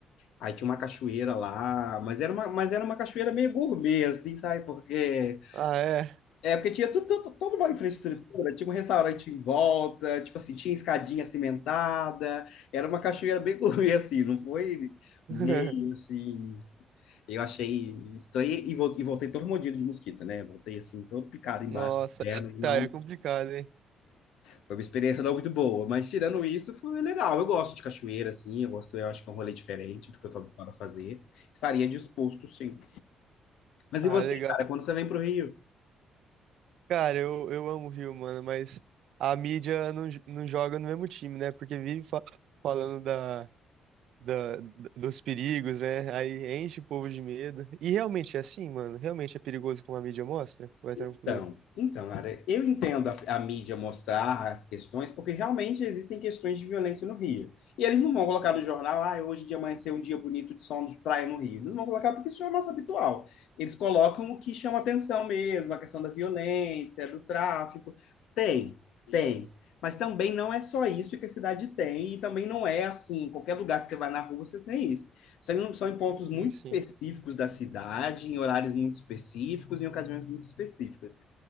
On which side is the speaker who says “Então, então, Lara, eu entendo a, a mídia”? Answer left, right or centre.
Left